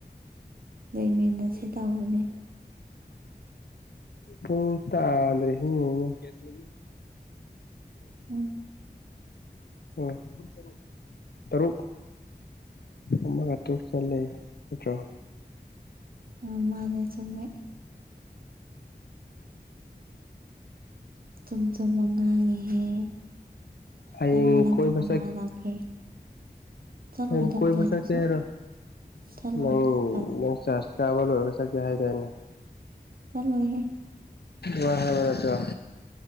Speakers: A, on the right; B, on the left.
A: ꯂꯣꯏꯃꯤꯟꯅꯁꯤ ꯇꯎꯅꯦ
B: ꯄꯨꯡ ꯇꯥꯗ꯭ꯔꯤꯁꯤꯅꯤꯅꯦ
A: ꯎꯝ
B: ꯎꯝꯨ ꯇꯔꯨꯛ ꯑꯃꯒꯥ ꯇꯥꯔꯨꯛ ꯆꯠꯂꯦ ꯅꯠꯇꯔꯣ
A: ꯑꯝ ꯃꯥꯅꯦ ꯆꯨꯝꯃꯦ ꯆꯨꯝꯆꯨꯝꯅ ꯉꯥꯡꯉꯤꯍꯦ
B: ꯍꯌꯦꯡ
A: ꯅꯪ ꯃꯥ ꯅꯥꯛꯇ
B: ꯀꯣꯏꯕ
A: ꯀꯅꯥ ꯂꯥꯛꯀꯦ ꯆꯠꯂꯣꯏꯗ
B: ꯍꯩꯔꯣꯛ ꯀꯣꯏꯕ
A: ꯀꯗꯥꯏꯗ
B: ꯆꯠꯀꯦ
A: ꯆꯠ
B: ꯍꯥꯏꯔꯣ
A: ꯆꯠꯂꯣꯏ
B: ꯂꯧꯔꯣ
A: ꯀꯗꯥꯏꯗ
B: ꯂꯥꯎ ꯆꯁ ꯆꯥꯕꯥ ꯂꯣꯏꯔꯒ ꯆꯠꯀꯦ ꯍꯥꯏꯗꯥꯏꯅꯦ
A: ꯆꯂꯣꯏ ꯍꯦ
B: ꯋꯥ ꯋꯥꯔꯇ